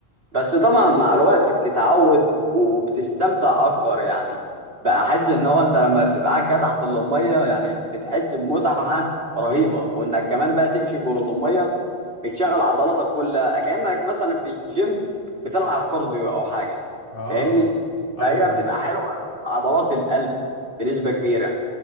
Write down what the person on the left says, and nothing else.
اه
ايوه
ايوه